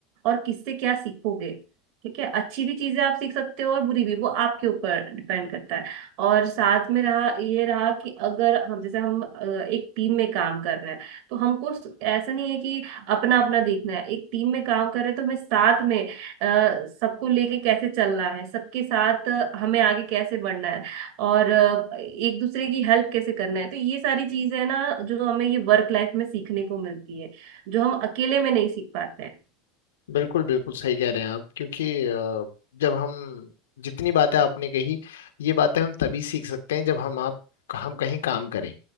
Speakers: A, on the right (about 55°); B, on the left (about 75°).
A: और किससे क्या सीखोगे ठीक है अच्छी भी चीजें आप सीख सकते हो और बुरी भी वो आपके ऊपर डिपेंड करता है और साथ में रहा ये रहा कि अगर हम जैसे हम अ, एक टीम में काम कर रहे हैं तो हमको ऐसा नहीं है कि अपना अपना देखना है एक टीम में काम कर रहे हैं तो हमें साथ में अ, सबको लेके कैसे चलना है सबके साथ हमें आगे कैसे बढ़ना है और अ, एक दूसरे की हेल्प कैसे करना है तो ये सारी चीजें ना जो हमें ये वर्क लाइफ में सीखने को मिलती है जो हम अकेले में नहीं सीख पाते
B: बिल्कुल बिल्कुल सही कह रहे हैं आप क्योंकि अ, जब हम जितनी बातें आपने कही ये बातें हम तभी सीख सकते हैं जब हम आप हम कहीं काम करें